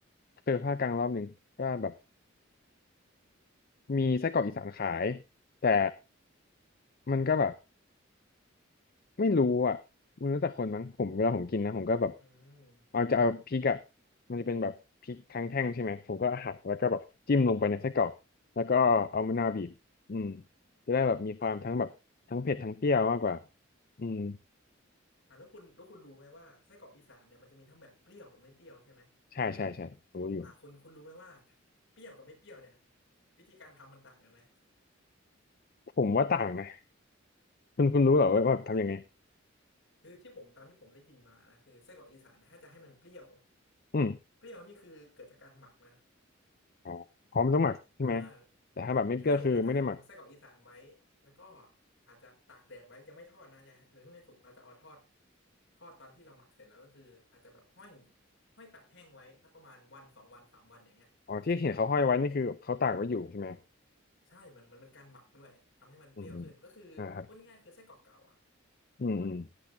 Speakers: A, on the left; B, on the left.
A: เจอภาคกลางรอบหนึ่งก็แบบมีไส้กรอกอีสานขายแต่มันก็แบบไม่รู้อ่ะมันแล้วแต่คนมั้งผมเวลาผมกินนะผมก็แบบ
B: อืม
A: เอาจะเอาพริกอ่ะมันจะเป็นแบบพริกทั้งแท่งใช่ไหมผมก็หักแล้วก็แบบจิ้มลงไปในไส้กรอกแล้วก็เอามะนาวบีบอืมจะได้แบบมีความทั้งแบบทั้งเผ็ดทั้งเปรี้ยวมากกว่า
B: อ๋อ
A: อืม
B: อ่ะแล้วคุณแล้วคุณรู้ไหมว่าไส้กรอกอีสานเนี่ยมันจะมีทั้งแบบเปรี้ยวกับไม่เปรี้ยวใช่ไหม
A: ใช่ใช่ใช่รู้อยู่
B: อ่ะคุณคุณรู้ไหมว่าเปรี้ยวกับไม่เปรี้ยวเนี่ยวิธีการทำมันต่างกันไหม
A: ผมว่าต่างนะคุณคุณรู้เหรอว่าแบบทำยังไง
B: อืมคุณคุณคือที่ผมตามที่ผมได้ยินมานะคือไส้กรอกอีสานเนี่ยถ้าจะให้มันเปรี้ยว
A: อืม
B: เปรี้ยวนี่คือเกิดจากการหมักนะ
A: อ๋อพร้อมต้องหมักใช่ไหม
B: อ่า
A: แต่ถ้าแบบไม่เปรี้ยวคือไม่ได้หมัก
B: ใช่เราจะทำไส้กรอกอีสานไว้แล้วก็อาจจะตากแดดไว้ยังไม่ทอดนะอย่าโดยทั่วไปสุกเราจะเอามาทอดทอดตอนที่เราหมักเสร็จแล้วก็คืออาจจะแบบห้อยห้อยตากแห้งไว้สักประมาณวันสองวันสามวันอย่างเงี้ย
A: อ๋อที่เห็นเขาห้อยไว้นี่คือเขาตากไว้อยู่ใช่ไหม
B: ใช่มันมันเป็นการหมักด้วยทำให้มันเปรี้ยวขึ้นก็คือพูดง่ายๆคือไส้กรอกเก่าอะ
A: อืมอืมนะครับอืมอืม